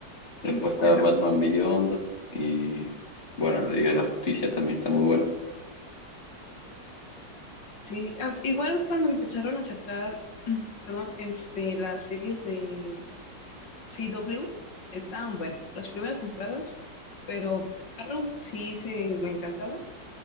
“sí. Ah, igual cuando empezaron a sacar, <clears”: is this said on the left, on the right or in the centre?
Left